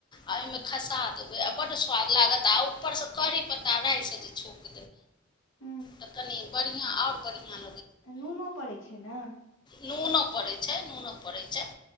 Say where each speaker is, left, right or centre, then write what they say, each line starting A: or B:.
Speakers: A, on the left; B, on the left.
A: आ ओय मे खसा देबै आ बड्ड स्वाद लागत आ उपर से करी पत्ता राय स जे छौंक
B: <inaudible>
A: त कनी बढ़ियां और बढ़ियां
B: नूनो पड़ै छै ने?
A: नूनो पड़ै छै- नूनो पड़ै छै।